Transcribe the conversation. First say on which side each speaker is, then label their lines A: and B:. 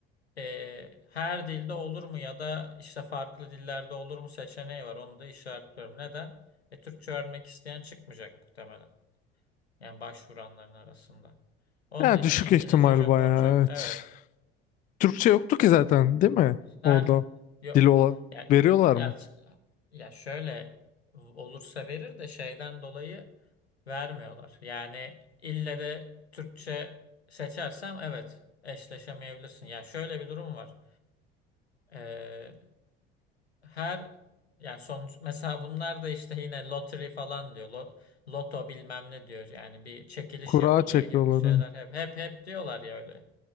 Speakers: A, on the left; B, on the left.
A: e, her dilde olur mu ya da işte farklı dillerde olur mu seçeneği var. Onu da işaretliyorum. Neden? E, Türkçe öğrenmek isteyen çıkmayacak muhtemelen. Yani başvuranların arasında. Onun
B: Ya
A: için
B: düşük
A: İngilizce,
B: ihtimal
A: Japonca.
B: bayağı evet.
A: Evet.
B: Türkçe yoktu ki zaten değil mi?
A: Her
B: Orada
A: yok.
B: dil olarak
A: Ya
B: veriyorlar
A: ya
B: mı?
A: ya şöyle olursa verir de şeyden dolayı vermiyorlar. Yani ille de Türkçe seçersem evet eşleşemeyebilirsin. Ya şöyle bir durum var. Ee, her yani sonuç mesela bunlar da işte yine lottery falan diyor. Lo- loto bilmem ne diyor. Yani bir çekiliş
B: Kura
A: yapılıyor
B: çekiyorlar.
A: gibi bir şeyler
B: ha.
A: hep hep hep diyorlar ya öyle.